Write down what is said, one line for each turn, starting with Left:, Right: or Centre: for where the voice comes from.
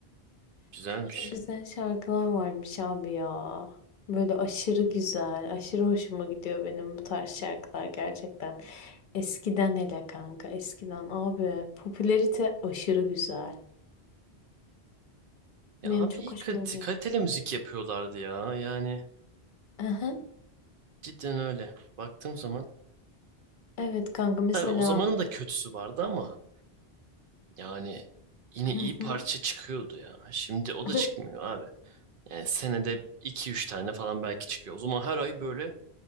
Right: Güzelmiş.
Left: Çok güzel şarkılar varmış abi ya. Böyle aşırı güzel, aşırı hoşuma gidiyor benim bu tarz şarkılar gerçekten. Eskiden hele kanka, eskiden abi popülerite aşırı güzel.
Right: Ya
Left: Benim
Right: abi
Left: çok
Right: iyi
Left: hoşuma
Right: kalite,
Left: gidiyor.
Right: kaliteli müzik yapıyorlardı ya. Yani
Left: Aha,
Right: Cidden öyle. Baktığım zaman
Left: evet kanka mesela.
Right: tabii o zamanın da kötüsü vardı ama yani yine
Left: Hı
Right: iyi
Left: hı.
Right: parça çıkıyordu ya. Şimdi o
Left: <laughs>
Right: da çıkmıyor abi. Yani senede iki üç tane falan belki çıkıyor. O zaman her ay böyle